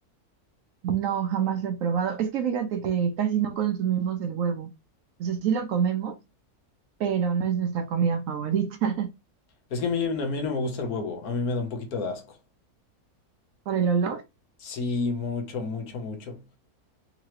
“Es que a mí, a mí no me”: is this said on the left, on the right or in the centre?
Left